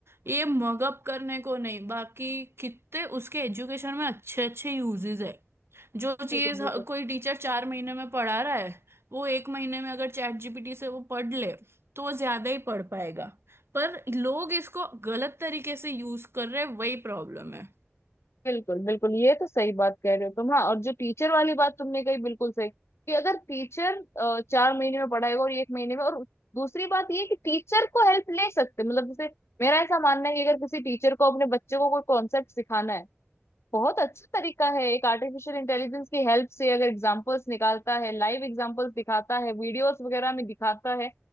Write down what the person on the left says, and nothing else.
बिल्कुल बिल्कुल
बिल्कुल बिल्कुल ये तो सही बात कह रहे हो तुम हाँ और जो टीचर वाली बात तुमने कही बिल्कुल सही कि अगर टीचर चार महीने में पढ़ाएगा और एक महीने में और दूसरी बात ये कि टीचर को हेल्प ले सकते हैं। मतलब जैसे मेरा ऐसा मानना है कि अगर किसी टीचर को अपने बच्चे को कोई कॉन्सेप्ट सिखाना है बहुत अच्छा तरीका है एक आर्टिफिशियल इंटेलिजेंस की हेल्प से अगर एग्जांपल्स निकालता है लाइव एग्जांपल्स दिखाता है वीडियोस वगैरह में दिखाता है